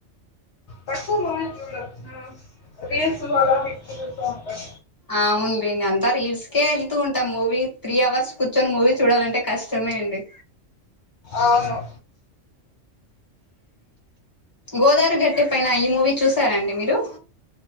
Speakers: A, on the left; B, on the left.
A: తక్కువ మూవీ చూడం. ఆ వీ ఏస్ వాళ్ళ విక్టులు చూడం.
B: అవుండి అంతా రీల్స్కే ఏళ్తూ ఉంటాం. మూవీ త్రీ అవర్స్ కూర్చొని మూవీ చూడాలంటే కష్టమే అండి.
A: అవును
B: గోదారి గట్టు పైన ఈ మూవీ చూసారండి మీరు.